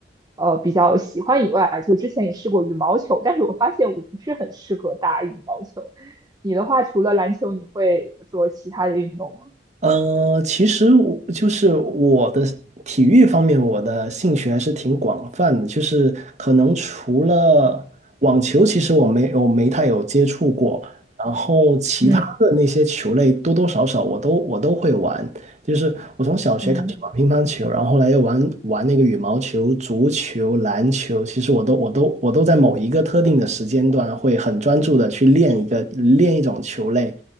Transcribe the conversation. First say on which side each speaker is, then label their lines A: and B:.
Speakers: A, on the right; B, on the right.
A: 呃比较喜欢以外，就之前也试过羽毛球，但是我发现我不是很适合打羽毛球。你的话，除了篮球，你会做其他的运动吗？
B: 呃，其实我就是我的体育方面，我的兴趣还是挺广泛的。就是可能除了网球，其实我没我没太有接触过。然后其他的那些球类，
A: 嗯
B: 多多少少我都我都会玩。就是我从小学开始玩乒乓球，
A: 嗯
B: 然后后来又玩玩那个羽毛球、足球、篮球。其实我都我都我都在某一个特定的时间段会很专注的去练一个练一种球类。